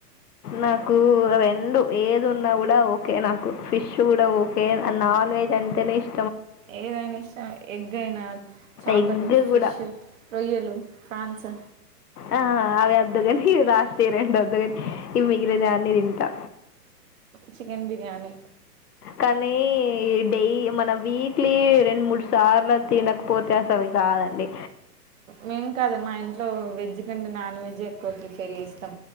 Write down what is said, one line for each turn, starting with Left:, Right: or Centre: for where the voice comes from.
Left: నాకు రెండు ఏది ఉన్నా కూడా ఓకే నాకు ఫిష్ కూడా ఓకే న నాన్ వెజ్ అంటేనే ఇస్
Right: ఏదైనా ఇష్టమే ఎగైనా చపలు
Left: ఎగ్
Right: ఫిష్
Left: కూడా
Right: రొయ్యలు ఫ్రాన్స్
Left: ఆ అవి వద్దుకని రాష్ట్రీయ రెండు వద్దుకని ఈవి మిగిలిన అన్ని తింటా,
Right: చికెన్ బిర్యానీి
Left: కానీ డెయి మన వీక్లీ రెండు మూడు సార్లు తినకపోతే అసవి కాదండి,
Right: మేం కాదా మా ఇంట్లో వెజ్ కంటే నాన్ వెజ్ ఎక్కువ ప్రిపేర్ చేస్తాం,